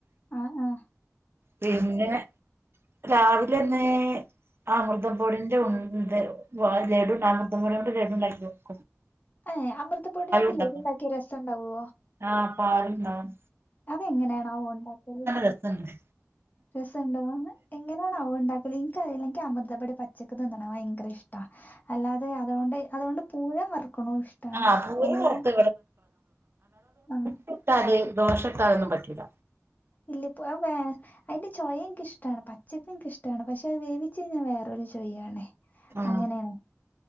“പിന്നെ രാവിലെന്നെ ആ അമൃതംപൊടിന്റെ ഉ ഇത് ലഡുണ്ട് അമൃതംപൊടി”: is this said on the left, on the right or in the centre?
Right